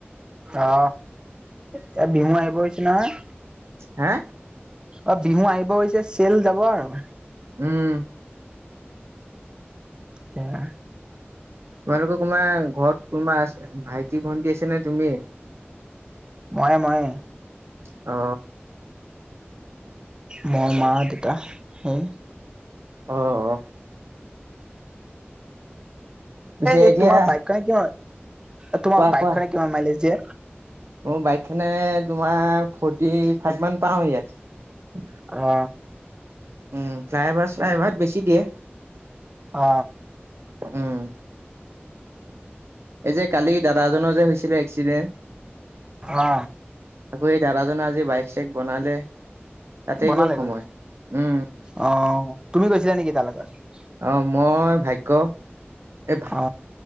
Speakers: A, on the right (about 20°); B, on the right (about 80°).
A: অ এয়া বিহু আহিব হৈছে নহয়।
B: হে
A: অ বিহু আহিব হৈছে চেল যাব আৰু
B: উম
A: সেইয়া
B: তোমালোকৰ কোনোবা ঘৰত কোনোবা ভাইটি ভণ্টি আছে নে তুমি-
A: মইয়ে মইয়ে।
B: অ।
A: মই মা দেউতা সেই
B: অ অ। পিছে
A: <unintelligible>
B: এতিয়া
A: তোমাৰ বাইক খনে কিমান তোমাৰ
B: কোৱা
A: বাইক
B: কোৱা
A: খনে কিমান মাইলেজ দিয়ে।
B: মোৰ বাইক খনে তোমাৰ ফৰ্টি ফাইভ মান পাওঁ ইয়াত
A: অ
B: উম ফ্লাইভাৰ চালাইভাত বেছি দিয়ে।
A: অ
B: উম এই যে কালি দাদাজনৰ যে হৈছিলে এক্সিডেণ্ট।
A: অ
B: আকৌ এই দাদাজনে আজি বাইক চাইক বনালে। তাতেই
A: বনালে
B: গ'ল সময়।
A: গৈ
B: উম,
A: অ তুমি গৈছিলা নেকি? তাৰ লগত।
B: অ মই, ভাগ্য এ ভা
A: অ